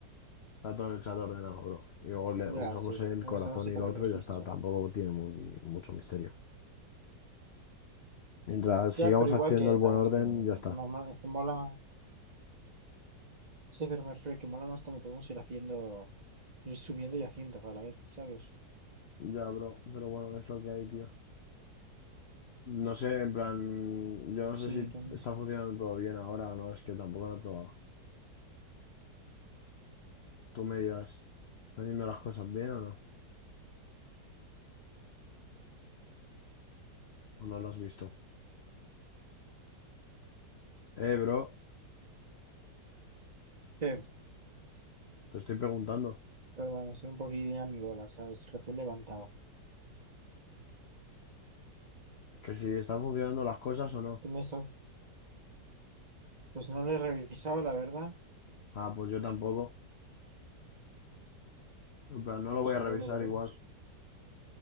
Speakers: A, on the left; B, on the right.
A: Está todo en el chat ordenado, bro. Y luego le usamos
B: Ya, sí,
A: el
B: no
A: corazón
B: a así como
A: y lo
B: el
A: otro
B: registro.
A: y ya está. Tampoco tiene muy, mucho misterio. Mientras
B: Ya,
A: sigamos
B: pero igual
A: haciendo
B: que,
A: el
B: ta-
A: buen orden,
B: que
A: ya está.
B: normal, este mola, sí, pero me refiero que mola más cuando podemos ir haciendo, ir subiendo y haciendo a la vez, ¿sabes?
A: Ya, bro, pero bueno, es lo que hay, tío. No sé, en plan, yo no sé
B: Sí,
A: si
B: que no.
A: está funcionando todo bien ahora o no, es que tampoco lo he probado. Tú me dirás, ¿están yendo las cosas bien o no? ¿O no lo has visto? Eh, bro,
B: qué
A: te estoy preguntando
B: perdón, soy un poquillo mi bola ¿sabes? Recién levantado.
A: que si están funcionando las cosas o no.
B: ¿Qué Me he estado- Pues no lo he revisado, la verdad.
A: Ah, pues yo tampoco. En plan, no
B: Pues
A: lo voy
B: ahora
A: a revisar
B: lo veremos.
A: igual.